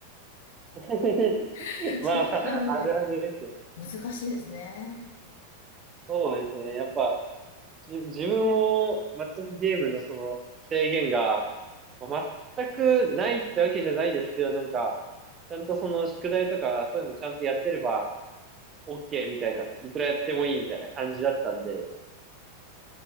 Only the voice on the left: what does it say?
<laughs>
そういうのがあるんで、
難しいですね。